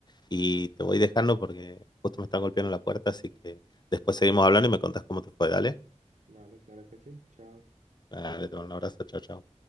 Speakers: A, on the left; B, on the right.
A: Y te voy dejando porque justo me están golpeando la puerta, así que después seguimos hablando y me contás cómo te fue. Dale,
B: vale, claro que sí. Chao.
A: dale, te mando un abrazo, chao, chao.